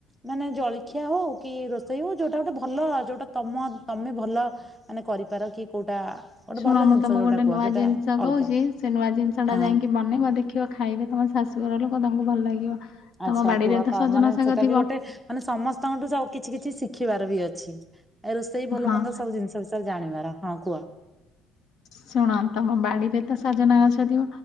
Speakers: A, in the centre; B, on the left (about 50°).
A: ମାନେ ଜଳଖିଆ ହଉ କି ରୋଷେଇ ହଉ ଯୋଉଟା ଗୋଟେ ଭଲ ଯୋଉଟା ତମ ତମେ ଭଲ ମାନେ କରିପାର କି କୋଉଟା ଗୋଟେ
B: ଶୁଣ
A: ଭଲ
B: ମୁଁ
A: ଜିନିଷ
B: ତମକୁ
A: ଯୋଉଟା
B: ଗୋଟେ
A: କୁହ
B: ନୂଆ
A: ଯୋଉଟା
B: ଜିନିଷ
A: ଅଲଗା
B: କହୁଚି ସେ ନୂଆ ଜିନିଷ ଟା
A: ହଁ।
B: ଯାଇକି ବନେଇବ ଦେ ଦେଖିବ ଖାଇବେ ତୁମ ଶାଶୁଘର ଲୋକ ତାଙ୍କୁ ଭଲ ଲାଗିବ।
A: ଆଚ୍ଛା
B: ତମ ବାଡିରେ
A: କୁଅ
B: ତ
A: ତା
B: ସଜନା
A: ମାନେ
B: ଶାଗ
A: ସେଟା
B: ଥିବ
A: ବି ଗୋଟେ ମାନେ ସମସ୍ତଙ୍କଠୁ ସ କିଛି କିଛି ଶିଖିବାର ବି ଅଛି ଏ ରୋଷେଇ ଭଲ
B: ହଁ
A: ମନ୍ଦ ସବୁ ଜିନିଷ। ବିଷୟରେ ଜାଣିବାର ହଁ କୁହ।
B: ଶୁଣ ତମ ବାଡିରେ ତ ସଜନା ଗଛ ଥିବ